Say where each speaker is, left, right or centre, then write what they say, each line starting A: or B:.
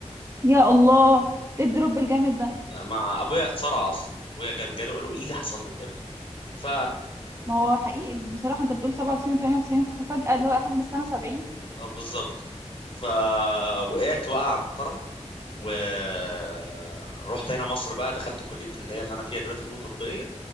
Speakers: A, on the right; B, on the left.
A: يا الله ايه الدروب الجامد ده
B: مع ابويا اتصارع اصلا ابويا كان جاله قالوا ايه اللي حصل لك يا ابني ف
A: ما هو حقيقي بصراحة انت بتقول 97 و98 وفجأة اللي هو اهم السنة 70
B: اه بالظبط فوقعت وقعة محترمة ورحت هنا مصر بقى دخلت كلية اللي هي اللي أنا فيها دلوقتي فنون تطبيقية